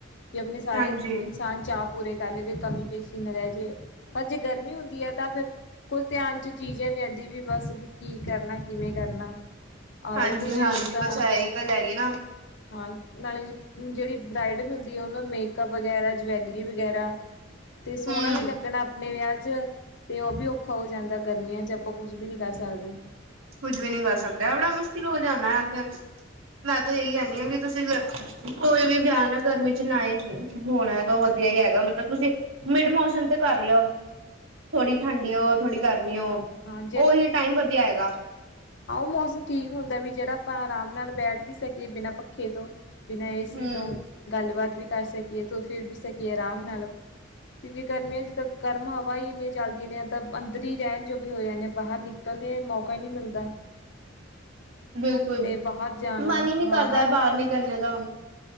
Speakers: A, on the left; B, on the right.
A: ਕਿ ਆਪਣੇ ਸਾਰੇ
B: ਹਾਂਜੀ
A: ਇਨਸਾਨ ਚਾਅ ਪੂਰੇ ਕਰ ਲਈਦੇ ਕਮੀ ਪੇਸ਼ੀ ਨਾ ਰਹਿ ਜੇ, ਪਰ ਜੇ ਗਰਮੀ ਹੁੰਦੀ ਹੈ ਤਾਂ ਫਿਰ ਕੋਈ ਧਿਆਨ 'ਚ ਚੀਜ਼ ਹੈ ਪੈਂਦੀ ਵੀ ਬਸ, ਵੀ ਕੀ ਕਰਨਾ, ਕਿਵੇਂ ਕਰਨਾ। ਔਰ
B: ਹਾਂਜੀ
A: ਕੁੜੀਆਂ
B: -ਹਾਂਜੀ
A: ਨੂੰ ਤਾਂ
B: ਬਸ, ਇਹੀ ਗੱਲ ਹੈਗੀ ਨਾ।
A: ਹਾਂ, ਨਾਲੇ ਜਿਹੜੀ ਬਰਾਈਡਲ ਹੁੰਦੀ ਹੈ ਉਹਨਾਂ ਮੇਕਅਪ ਵਗੈਰਾ ਜਵੈਲ ਰੀ ਵਗੈਰਾ, ਤੇ ਸੋਹਣਾ
B: ਹੂੰ
A: ਵੀ ਲੱਗਣਾ ਆਪਣੇ ਵਿਆਹ ਚ' ਅਤੇ ਉਹ ਵੀ ਔਖਾ ਹੋ ਜਾਂਦਾ, ਗਰਮੀਆਂ 'ਚ ਆਪਾਂ ਕੁਝ ਵੀ ਨਹੀਂ ਕਰ ਸਕਦੇ।
B: ਕੁੱਝ ਵੀ ਨੀ ਕਰ ਸਕਦੇ ਬੜਾ ਮੁਸ਼ਕਿਲ ਹੋ ਜਾਣਾ ਹੈ 'ਉੱਥੇ, ਮੈਂ ਤਾਂ ਇਹੀ ਕਹਿੰਦੀ ਹਾਂ ਕਿ ਤੁਸੀਂ ਕੋਈ ਵੀ ਵਿਆਹ ਨਾ ਗਰਮੀ 'ਚ ਨਾ ਹੀ ਕਰੇ, ਹੋਣਾ ਤਾਂ ਉਹ ਵਧੀਆ ਹੀ ਹੈਗਾ ਮਤਲਬ ਤੁਸੀਂ ਮਿਡ ਮੌਸਮ ਤੇ ਕਰ ਲਿਓ। ਥੋੜ੍ਹੀ ਠੰਡੀ ਹੋ, ਥੋੜੀ ਗਰਮੀ ਹੋ,
A: ਹਾਂ
B: ਉਹੀ ਟਾਈਮ ਵਧੀਆ ਹੈਗਾ।
A: ਆਹੋ ਮੌਸਮ ਠੀਕ ਹੁੰਦਾ ਵੀ, ਜਿਹੜਾ ਆਪਾਂ ਆਰਾਮ ਨਾਲ ਬੈਠ ਵੀ ਸਕੀਏ ਬਿਨਾਂ ਪੱਖੇ ਤੋਂ ਬਿਨਾਂ ਏ
B: ਹੂੰ
A: ਸੀ ਤੋਂ ਗੱਲਬਾਤ ਵੀ ਕਰ ਸਕੀਏ, ਤੁਰ ਫਿਰ ਵੀ ਸਕੀਏ ਆਰਾਮ ਨਾਲ। ਕਿਉਂਕਿ ਗਰਮੀਆਂ 'ਚ ਤਾਂ, ਗਰਮ ਹਵਾ ਹੀ ਇਨੀ ਚੱਲਦੀ ਆਂ ਨੇ ਤਾਂ ਅੰਦਰ ਹੀ ਰਹਿਣ ਜੋਗੇ ਹੋ ਜਾਨੇ ਆ, ਬਾਹਰ ਨਿਕਲਣੇ ਮੌਕਾ ਹੀ ਨਹੀਂ ਮਿਲਦਾ।
B: ਬਿਲਕੁਲ
A: ਤੇ ਬਾਹਰ ਜਾਣਾ,
B: ਮਨ ਹੀ ਨੀ
A: ਹਾਂ
B: ਕਰਦਾ
A: ਹਰ
B: ਬਾਹਰ ਨਿਕਲਣੇ ਦਾ, ਹੁਣ